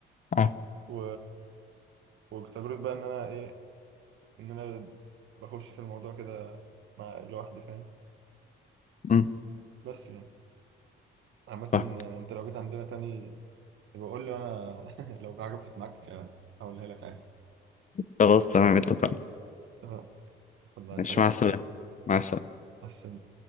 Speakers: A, on the left; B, on the right.
A: اه
B: و... وتجربة بقى إن أنا إيه إن أنا بخش في الموضوع كده مع لوحدي فاهم
A: مم.
B: بس يعني عامة
A: آه.
B: آه، أنت لو جيت عندنا تاني بقول له انا <laughs> لو في حاجه وقفت معاك هقولها لك عادي
A: خلاص تمام اتفقنا
B: اتفقنا. طب عايز
A: ماشي
B: حاجه؟
A: مع السلامة مع السلامة
B: حسن